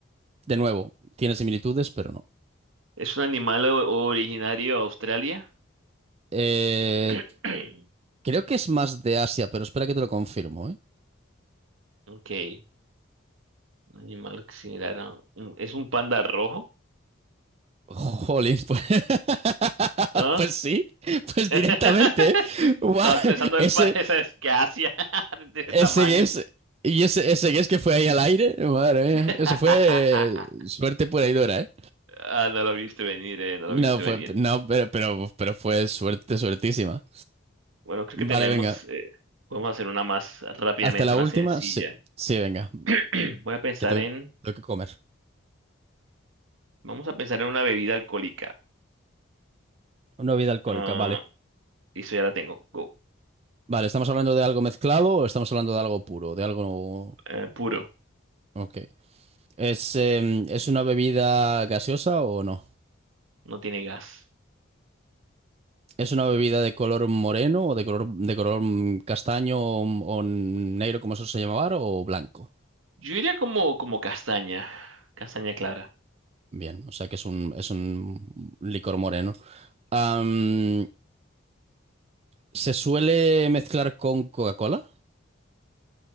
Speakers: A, on the right (about 30°); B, on the right (about 80°).
A: De nuevo, tiene similitudes, pero no.
B: ¿Es un animal o- originario de Australia?
A: Eh,
B: <clears throat>
A: creo que es más de Asia, pero espera que te lo confirmo, ¿eh?
B: Ok. Un animal similar a... un- ¿Es un panda rojo?
A: Jolín, pues, <laughs>
B: ¿Ah?
A: pues sí, pues
B: <laughs>
A: directamente. ¿eh?
B: Estabas
A: Guau,
B: pensando del
A: Ese,
B: panda, esa es que Asia, <laughs> de ese
A: ese
B: tamaño.
A: guess, y ese, ese guess que fue ahí al aire, madre mía,
B: <laughs>
A: eso fue eh, suerte pura y dura, ¿eh?
B: Ah, no lo viste venir, eh, no
A: No,
B: lo viste
A: fue,
B: venir.
A: no, pero, pero, pero fue suerte, suertísima.
B: Bueno, creo
A: Vale,
B: que tenemos...
A: venga,
B: eh, podemos hacer una más rápidamente,
A: hasta la
B: una
A: última,
B: sencilla.
A: sí, sí, venga,
B: <clears throat> Voy a pensar
A: que tengo,
B: en,
A: tengo que comer.
B: vamos a pensar en una bebida alcohólica.
A: Una bebida alcohólica,
B: Ah,
A: vale.
B: eso ya la tengo. Go.
A: Vale, ¿estamos hablando de algo mezclado o estamos hablando de algo puro, de algo
B: Eh, puro,
A: Ok. ¿Es, em, ¿es una bebida gaseosa o no?
B: no tiene gas.
A: ¿Es una bebida de color moreno o de color, de color mm, castaño o, o negro, como eso se llamaba, o blanco?
B: Yo iría como, como castaña, castaña clara.
A: Bien, o sea que es un, es un licor moreno. Am, ¿se suele mezclar con Coca-Cola?